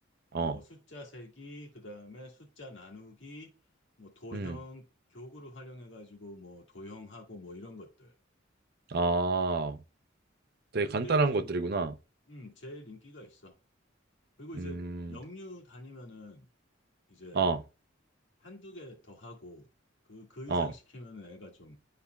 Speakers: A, on the left; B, on the right.
A: 뭐
B: 어,
A: 숫자 세기 그다음에 숫자 나누기 뭐 도형
B: 음,
A: 교구를 활용해 가지고 뭐 도형하고 뭐 이런 것들.
B: 아,
A: 그게
B: 되게 간단한
A: 이제
B: 것들이구나.
A: 뭐 음, 제일 인기가 있어. 그리고 이제
B: 음,
A: 영유 다니면은 이제
B: 어,
A: 한두 개 더 하고 그 그
B: 어.
A: 이상 시키면은 애가 좀